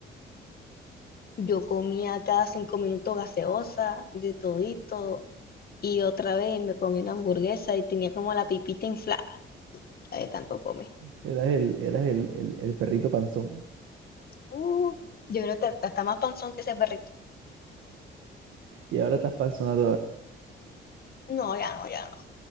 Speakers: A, on the left; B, on the right.
A: Yo comía cada cinco minutos gaseosa, de todito, y otra vez me comí una hamburguesa y tenía como la pipita inflada, la de tanto comer.
B: Eras el, eras el, el, el perrito panzón
A: Uh, yo creo que está más panzón que ese perrito.
B: y ahora estás panzona
A: No, ya no, ya no.